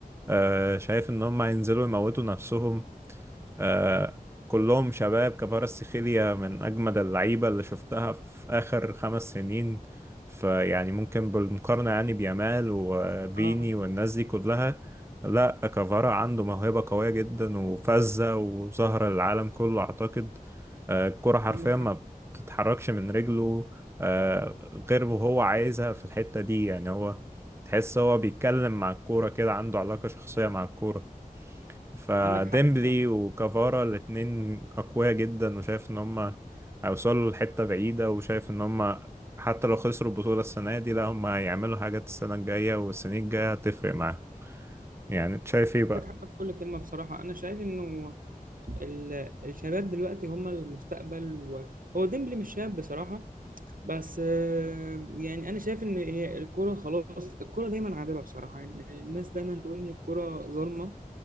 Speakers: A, on the right; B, on the right.
A: آه، شايف ان هم هينزلوا يموتوا نفسهم آه، كلهم شباب كفاراتسخيليا من أجمد اللعيبة اللي شفتها في آخر خمس سنين فيعني ممكن بالمقارنة يعني بيامال وفيني
B: اه
A: والناس دي كلها لا كفارا عنده موهبة قوية جدا وفذة وظهر العالم كله أعتقد آه، الكرة حرفيا
B: عندك حق
A: ما بتتحركش من رجله آه، غير وهو عايزها في الحتة دي يعني هو تحس هو بيتكلم مع الكورة كده عنده علاقة شخصية مع الكورة فديمبلي
B: عندك حق بصراحة
A: وكافارا الاتنين أقوياء جدا وشايف إن هما هيوصلوا لحتة بعيدة وشايف إن هما حتى لو خسروا البطولة السنة دي لا هما هيعملوا حاجات السنة الجاية والسنين الجاية هتفرق معاهم يعني أنت شايف إيه بقى؟
B: عندك حق في كل كلمة بصراحة أنا شايف إنه ال- الشباب دلوقتي هم المستقبل وهو ديمبلي مش شاب بصراحة بس آه، يعني أنا شايف إن هي الكرة خلاص الكرة دايما عادلة بصراحة يعني الناس دايما تقول إن الكرة ظالمة